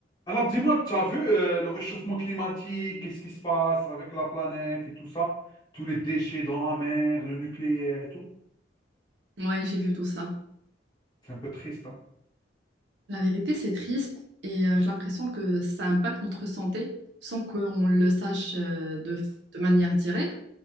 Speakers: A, on the left; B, on the right.
A: Alors dis-moi, tu as vu euh, le réchauffement climatique, qu'est-ce qui se passe avec la planète et tout ça? Tous les déchets dans la mer, le nucléaire et tout.
B: Ouais, j'ai vu tout ça.
A: C'est un peu triste, hein?
B: La vérité, c'est triste et euh, j'ai l'impression que ça impacte notre santé sans qu'on le sache euh, de, de manière directe.